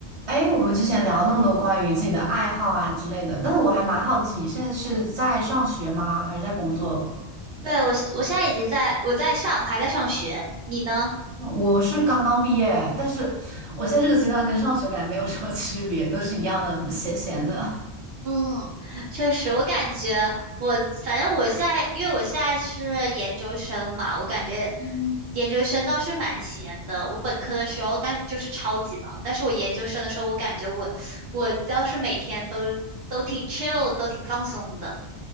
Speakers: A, on the right; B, on the right.
A: 哎，我们之前聊了那么多关于自己的爱好啊之类的，但是我还蛮好奇，你现在是在上学吗？还是在工作了？嗯
B: 对，我是我现在已经在我在上，我还在上学。你呢？
A: 我是刚刚毕业，但是我现在这个阶段跟上学感觉没有什么 <laughs> 区别，都是一样的，闲闲的。
B: 嗯，确实，我感觉我反正我现在，因为我现在是研究生嘛，我感觉
A: 嗯，
B: 研究生倒是蛮闲的。我本科的时候，但就是超级忙，但是我研究生的时候，我感觉我我倒是每天都都挺 chill，都挺放松的。